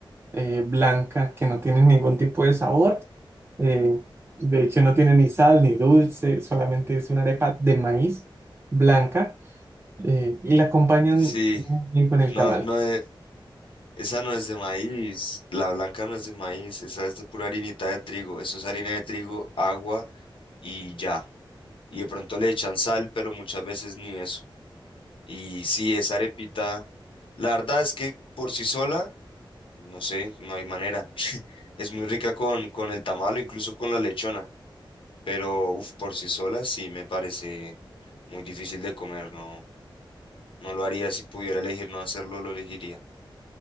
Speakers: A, on the right; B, on the left.
A: eh, blanca que no tiene ningún tipo de sabor. Eh, de hecho, no tiene ni sal ni dulce, solamente es una arepa de maíz blanca eh, y la acompañan
B: Sí,
A: muy bien con el
B: no,
A: tamal.
B: no es- esa no es de maíz, la blanca no es de maíz, esa es de pura harinita de trigo, eso es harina de trigo, agua y ya. y de pronto le echan sal, pero muchas veces ni eso. Y sí, esa arepita, la verdad es que por sí sola, no sé, no hay manera. Es muy rica con, con el tamal o incluso con la lechona, pero uf, por sí sola sí me parece muy difícil de comer, no, no lo haría si pudiera elegir no hacerlo, lo elegiría.